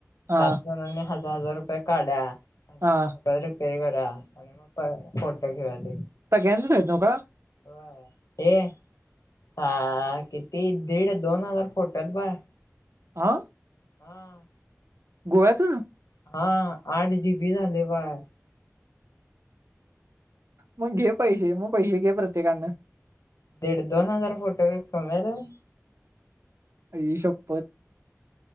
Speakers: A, on the right; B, on the left.
A: हा
B: सात जनानी हज हजार रुपये काढा. <unintelligible>
A: हा
B: मोबाईल रिपेरी कर डा आणि पळ फोटो घेऊया ते.
A: सगळ्याच हायत नवका
B: व्हय ए आ किती दीड दोन हजार फोटो हायत बाळ.
A: आ.
B: हा आं.
A: गोव्याचं.
B: हा आठ जीबी झालय बाळ.
A: मग घे पैसे म पैसे घे प्रत्येकानं
B: दीड दोन हजार फोटो काय कमी हायत होय.
A: आई शप्पथ.